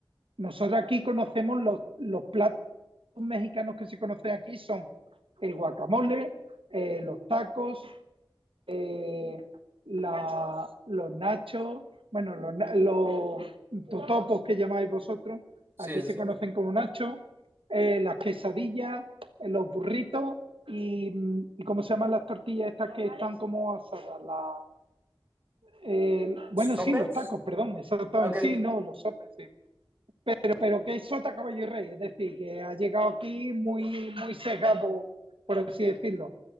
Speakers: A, on the right; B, on the right.
A: nosotros aquí conocemos los, los platos mexicanos que se conocen aquí son el guacamole, eh, los tacos, eh, la, los nachos, bueno, los, na- los totopos que llamáis vosotros,
B: Sí,
A: aquí
B: sí,
A: se
B: sí.
A: conocen como nachos, eh, las quesadillas, eh, los burritos y, mm, y ¿cómo se llaman las tortillas estas que están como asadas? La- eh, bueno,
B: ¿Sopes?
A: sí, los tacos, perdón, exactamente,
B: Ok.
A: sí, no, los sopes, sí. Pero, pero que es sota, caballo y rey, es decir, que ha llegado aquí muy, muy sesgado, por así decirlo.